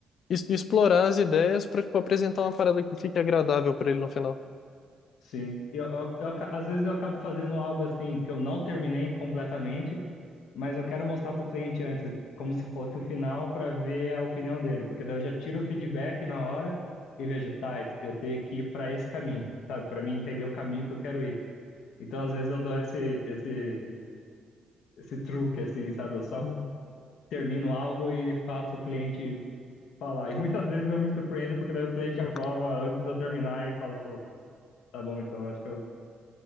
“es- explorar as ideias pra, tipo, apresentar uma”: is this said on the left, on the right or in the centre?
Left